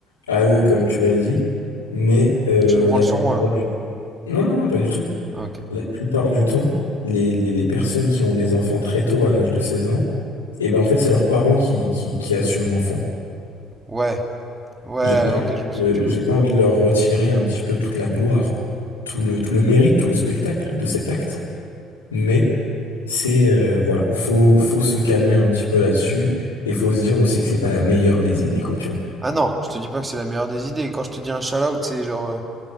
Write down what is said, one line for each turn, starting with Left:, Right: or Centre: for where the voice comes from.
Left: à eux, comme tu l'as dit, mais euh,
Right: Tu te branles
Left: la
Right: sur
Left: plupart
Right: moi là.
Left: du... Non, non, non, pas du tout.
Right: Ah, Ok.
Left: La plupart du temps, les, les, les personnes qui ont des enfants très tôt, à l'âge de 16 ans, et ben en fait, c'est leurs parents qui, qui, qui assument l'enfant.
Right: Ouais, ouais,
Left: J'ai pas,
Right: ok, je vois ce
Left: euh,
Right: que tu veux
Left: j'ai pas envie de leur retirer un petit peu toute la gloire, tout le, tout le mérite, tout le spectacle de cet acte, mais c'est, euh, voilà, faut, faut se calmer un petit peu là-dessus et faut se dire aussi que c'est pas la meilleure des idées, quoi, tu vois.
Right: Ah non, je te dis pas que c'est la meilleure des idées. Quand je te dis un shout-out, c'est genre, euh,